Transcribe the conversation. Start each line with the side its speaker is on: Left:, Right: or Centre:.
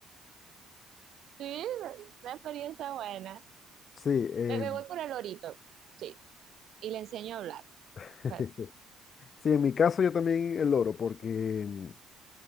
Right: Sí, una experiencia buena.
Left: Sí, eh,
Right: Me, me voy por el orito, sí, y le enseño a hablar,
Left: <laughs>
Right: a
Left: sí, en mi caso yo también el loro, porque mm,